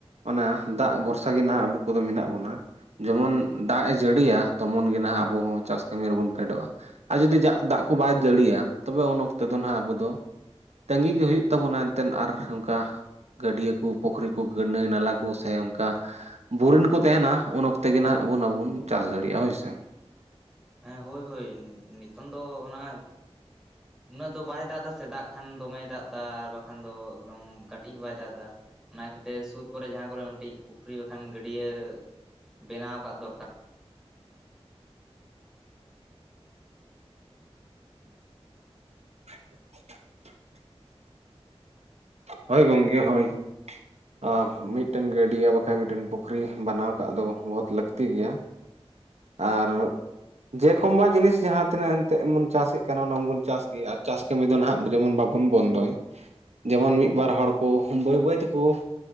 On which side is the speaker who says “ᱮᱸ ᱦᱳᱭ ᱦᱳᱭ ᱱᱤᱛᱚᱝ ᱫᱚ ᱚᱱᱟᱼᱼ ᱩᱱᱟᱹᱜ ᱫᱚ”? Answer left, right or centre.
Centre